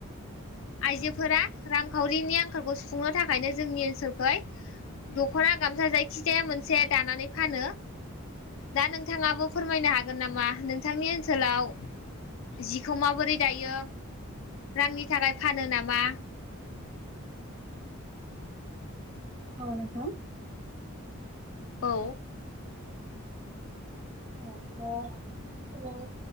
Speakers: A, on the left; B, on the right.
A: आइजोफोरा रांखावरिनि आंखालखौ सुफुंनो थाखायनो जोंनि ओनसोलखै दख'ना गामसा जायखिजाया मोनसे दानानै फानो। दा नोंथाङाबो फोरमायनो हागोन नामा नोंथांनि ओनसोलाव जिखौ माबोरै दायो रांनि थाखाय फानो नामा
B: औ नोंथां
A: औ
B: औ ओ जोंनि ओनसोलाव